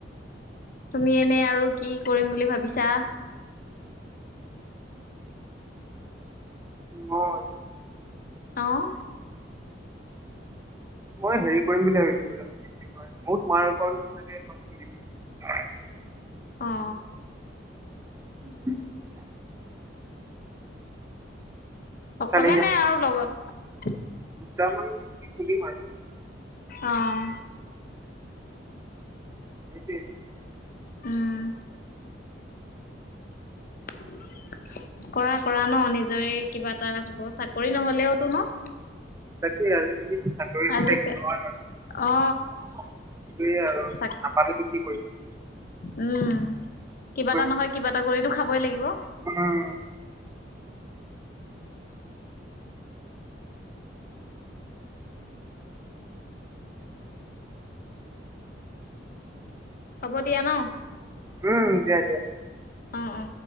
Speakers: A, on the left; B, on the right.
A: তুমি এনে আৰু কি কৰিম বুলি ভাবিছা।
B: মই,।
A: অহ।
B: মই হেৰি কৰিম বুলি ভাবিছো কি কয় মই তোমাৰ লোকৰ নিচিনাকে এখন খুলি। <unintelligible>
A: অ।
B: উ <unintelligible>
A: অকলে
B: খালি
A: নাই আৰু লগত।
B: দুটামান খুলিম আৰু
A: অহ।
B: উম <inaudible>
A: উম কৰা কৰা ন নিজৰে কিবা এটা হ'ব চাকৰি নহলেওতো ন
B: তাকেই আজি কালি টো চাকৰি নহলে
A: আজি
B: সেইটোয়ে
A: অ
B: আৰু
A: চাক
B: নাপালোতো কি কৰিবা।
A: উম কিবা
B: কৰিব
A: এটা নহয় কিবা এটা কৰিতো খাবই লাগিব।
B: উম
A: হ'ব দিয়া ন।
B: উম দিয়া দিয়া।
A: অ অ।